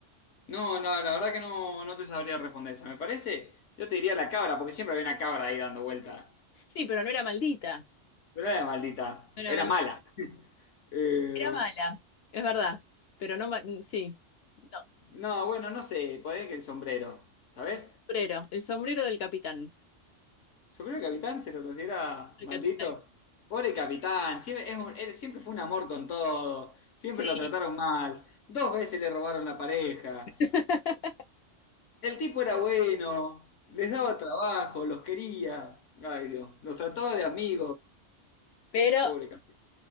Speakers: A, on the left; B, on the left.
A: no, no, la verdad que no, no te sabría responder esa. Me parece, yo te diría la cabra, porque siempre había una cabra ahí dando vuelta.
B: Sí, pero no era maldita.
A: Pero no era maldita,
B: No era
A: era
B: maldita,
A: mala. Eh,
B: era mala. Es verdad, pero no, ma- mm, sí. No,
A: no, bueno, no sé, podría que el sombrero, ¿sabes?
B: sombrero, el sombrero del capitán.
A: Superior al capitán se lo considera
B: El
A: maldito.
B: capitán.
A: Pobre capitán, siempre, es un- él siempre fue un amor con todo, siempre
B: Sí,
A: lo trataron mal, dos veces le robaron la pareja.
B: <laughs>
A: El tipo era bueno, les daba trabajo, los quería. Ay Dios, los trataba de amigos.
B: pero
A: Pobre capitán.